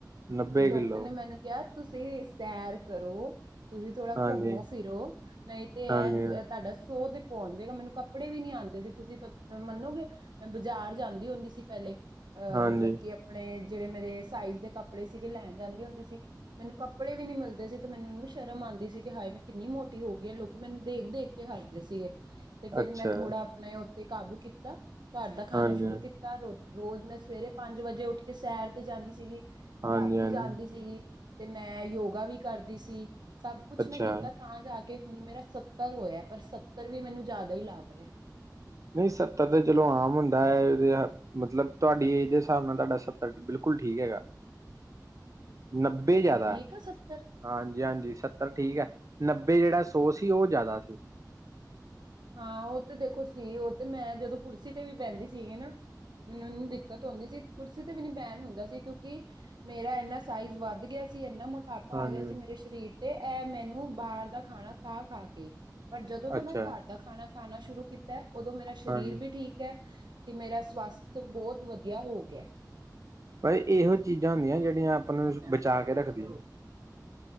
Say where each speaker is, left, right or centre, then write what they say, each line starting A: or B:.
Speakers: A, on the right; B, on the right.
A: ਨੱਬੇ
B: ਤੇ ਡਾਕਟਰ
A: ਕਿੱਲੋ
B: ਨੇ ਮੈਨੂੰ ਕਿਹਾ ਤੁਸੀਂ ਸੈਰ ਕਰੋ ਤੁਸੀਂ ਥੋੜਾ
A: ਹਾਂਜੀ।
B: ਘੁੰਮੋ ਫਿਰੋ ਨਹੀਂ ਤੇ ਇਹ
A: ਹਾਂਜੀ-ਹਾਂਜੀ,
B: ਤੁਹਾਡਾ ਸੋ ਪਹੁੰਚ ਜੇਗਾ ਮੈਨੂੰ ਕੱਪੜੇ ਵੀ ਨੀ ਆਦੇ ਸੀ ਤੁਸੀਂ ਮੰਨੋਗੇ ਮੈਂ ਬਾਜ਼ਾਰ ਜਾਂਦੀ ਹੁੰਦੀ ਸੀ ਪਹਿਲੇ ਅਹ
A: ਹਾਂਜੀ
B: ਮਤਲਬ ਕਿ ਆਪਣੇ ਜਿਹੜੇ ਮੇਰੇ ਸਾਈਜ਼ ਦੇ ਕੱਪੜੇ ਸੀਗੇ, ਲੈਣ ਜਾਂਦੇ ਹੁੰਦੇ ਸੀ ਮੈਨੂੰ ਕੱਪੜੇ ਵੀ ਨੀ ਮਿਲਦੇ ਸੀ, ਤੇ ਮੈਨੂੰ ਉਹਨੂੰ ਸ਼ਰਮ ਆਉਂਦੀ ਸੀ, ਕਿ ਹਾਏ ਮੈਂ ਕਿੰਨੀ ਮੋਟੀ ਹੋ ਗਈ ਹੈ ਲੋਕੀ ਮੈਨੂੰ ਦੇਖ ਦੇਖ ਕੇ ਹਰਦੇ ਸੀਗੇ ਤੇ ਫਿਰ
A: ਅੱਛਾ
B: ਮੈਂ ਥੋੜ੍ਹਾ ਆਪਣੇ ਉੱਥਤੇ ਕਾਬੂ ਕੀਤਾ ਘਰ ਦਾ ਖਾਣਾ
A: ਹਾਂਜੀ।
B: ਸ਼ੁਰੂ ਕੀਤਾ ਰੋ ਰੋਜ਼ ਮੈਂ ਸਵੇਰੇ ਪੰਜ ਵਜੇ ਉੱਠ ਕੇ ਸੈਰ ਤੇ ਜਾਨੀ ਸੀਗੀ।
A: ਹਾਂਜੀ-ਹਾਂਜੀ-ਹਾਂਜੀ-ਹਾਂਜੀ
B: ਰਾਤੀ ਜਾਂਦੀ ਸੀਗੀ, ਤੇ ਮੈਂ ਯੋਗਾ ਵੀ ਕਰਦੀ ਸੀ। ਸਭ ਕੁਛ
A: ਅੱਛਾ
B: ਮੈਂ ਕੀਤਾ ਤਾਂ ਜਾ ਕੇ ਹੁਣ ਮੇਰਾ ਸੱਤਰ ਹੋਇਆ, ਪਰ ਸੱਤਰ ਵੀ ਮੈਨੂੰ ਜ਼ਿਆਦਾ ਹੀ ਲੱਗ ਰਿਹਾ
A: ਨਹੀਂ ਸੱਤਰ ਤੇ ਚਲੋ ਆਮ ਹੁੰਦਾ ਹੈ, ਮਤਲਬ ਤੁਹਾਡੀ ਏਜ ਦੇ ਹਿਸਾਬ ਨਾਲ ਤੁਹਾਡਾ ਸੱਤਰ ਬਿਲਕੁਲ ਬਿਲਕੁਲ ਠੀਕ ਹੈਗਾ, ਨੱਬੇ
B: ਅੱਛਾ
A: ਜ਼ਿਆਦਾ
B: ਠੀਕ ਆ ਸੱਤਰ
A: ਹਾਂਜੀ, ਹਾਂਜੀ ਸੱਤਰ ਠੀਕ ਹੈ, ਨੱਬੇ ਜਿਹੜਾ ਸੌ ਸੀ ਉਹ ਜ਼ਿਆਦਾ ਸੀ
B: ਹਾਂ ਉਹ ਤੇ ਦੇਖੋ ਸੀ ਉਹ ਤੇ ਮੈਂ ਜਦੋਂ ਕੁਰਸੀ ਤੇ ਵੀ ਪਹਿੰਦੀ ਸੀਗੀ ਨਾ ਮੈਨੂੰ ਇਨੂੰ ਦਿੱਕਤ ਆਉਂਦੀ ਸੀ ਕੁਰਸੀ ਤੇ ਵੀ ਨੀ ਬੈਨ ਹੁੰਦਾ ਸੀ, ਕਿਉਂਕਿ ਮੇਰਾ ਇਨਾ ਸਾਈਜ਼ ਵੱਧ ਗਿਆ ਸੀ ਇੰਨਾ ਮੋਟਾਪਾ
A: ਹਾਂਜੀ-ਹਾਂਜੀ-ਹਾਂਜੀ।
B: ਆ ਗਿਆ ਸੀ ਮੇਰੇ ਸਰੀਰ ਤੇ ਇਹ ਮੈਨੂੰ ਬਾਹਰ ਦਾ ਖਾਣਾ ਖਾ ਖਾ ਕੇ ਪਰ ਜਦੋਂ ਤੋਂ
A: ਅੱਛਾ
B: ਮੈਂ ਘਰ ਦਾ ਖਾਣਾ ਖਾਨਾ ਸ਼ੁਰੂ ਕੀਤਾ। ਹੈ ਉਦੋਂ ਮੇਰਾ ਸਰੀਰ
A: ਹਾਂਜੀ
B: ਵੀ ਠੀਕ ਹੈ, ਤੇ ਮੇਰਾ ਸਵਸਥ ਬਹੁਤ ਵਧੀਆ ਹੋ ਗਿਆ
A: ਬਸ ਇਹੋ ਚੀਜ਼ਾਂ ਹੁੰਦੀਆਂ, ਜਿਹੜੀਆਂ ਆਪਾਂ ਨੂੰ ਬਚਾ ਕੇ ਰੱਖਦੀਆਂ